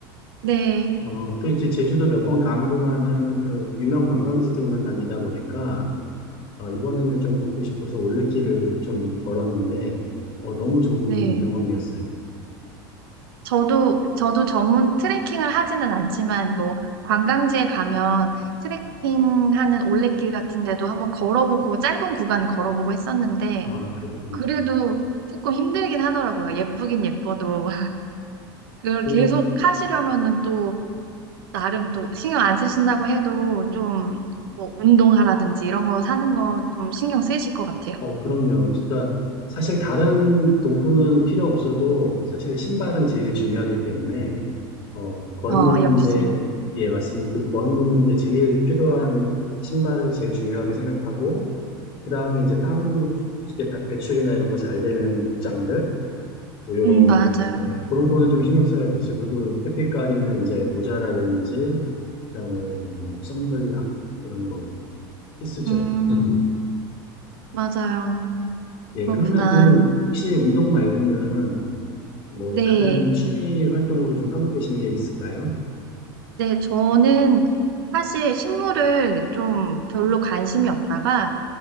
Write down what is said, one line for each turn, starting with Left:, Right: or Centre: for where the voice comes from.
Right: 네,
Left: 어, 그 이제 제주도 몇 번 가는 동안은 그런 유명 관광지들만 다니다 보니까, 어, 이번에는 좀 걷고 싶어서 올레길을 좀 걸었는데, 어, 너무 좋은
Right: 네.
Left: 경험이었어요.
Right: 저도, 저도 전문 트레킹을 하지는 않지만 뭐 관광지에 가면 트레킹하는 올레길 같은 데도 한번 걸어보고 짧은 구간 걸어보고 했었는데
Left: 아, 그러셨구나.
Right: 그래도 조금 힘들긴 하더라고요. 예쁘긴 예뻐도. <laughs> 그걸
Left: 예.
Right: 계속 하시려면은 또 나름 또 신경 안 쓰신다고 해도 좀 뭐 운동하라든지 이런 거 사는 거 좀 신경 쓰이실 것 같아요.
Left: 어, 그럼요. 그러니까 사실 다른 도구는 필요 없어도 사실 신발은 제일 중요하기 때문에 어, 걸음
Right: 어,
Left: 걷는데
Right: 역시.
Left: 예, 맞습니다. 그 걸음 걷는데 제일 필요한 신발을 제일 중요하게 생각하고 그다음에 이제 땀 흡수제 배출이나 이런 거 잘 되는 복장들 뭐 이런
Right: 음, 맞아요.
Left: 거 예, 그런 거는 좀 신경 써야 되죠. 그리고 햇빛 가리는 이제 모자라든지 그다음에 뭐 선블락 이런 거 필수죠.
Right: 음,
Left: <laughs>
Right: 맞아요.
Left: 예,
Right: 그렇구나.
Left: 그러면 그, 혹시 운동 말고는 뭐
Right: 네.
Left: 다른 취미 활동으로 좀 하고 계신 게 있을까요?
Right: 네, 저는 사실 식물을 좀 별로 관심이 없다가